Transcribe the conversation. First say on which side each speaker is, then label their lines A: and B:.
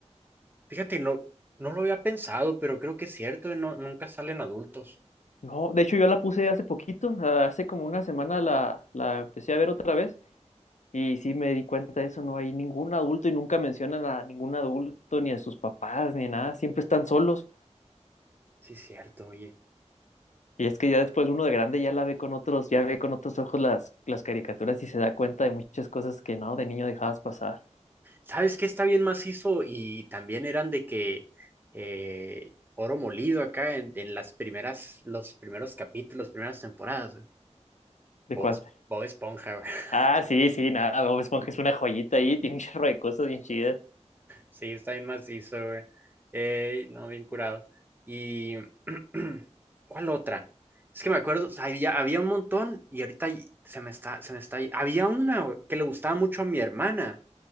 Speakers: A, on the right; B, on the left.
A: Fíjate, no, no lo había pensado, pero creo que es cierto, no, nunca salen adultos,
B: No, de hecho yo la puse hace poquito, hace como una semana la, la empecé a ver otra vez y sí me di cuenta de eso, no hay ningún adulto y nunca mencionan a ningún adulto, ni a sus papás, ni nada, siempre están solos.
A: sí, es cierto, oye.
B: Y es que ya después uno de grande ya la ve con otros, ya ve con otros ojos las, las caricaturas y se da cuenta de muchas cosas que no, de niño dejabas pasar.
A: ¿Sabes qué está bien macizo? Y también eran de que eh, oro molido acá en, en las primeras, los primeros capítulos, primeras temporadas, güey.
B: ¿De
A: Bob,
B: cuál?
A: Es- Bob Esponja, güey. <laughs>
B: Ah, sí, sí, nada, Bob Esponja es una joyita ahí, <laughs> tiene un chorro de cosas bien chidas.
A: Sí, está bien macizo, güey. Eh, no, bien curado. Y <clears throat> ¿cuál otra? Es que me acuerdo, o sea, había, había un montón y ahorita y- se me está, se me está. Había una, güey, que le gustaba mucho a mi hermana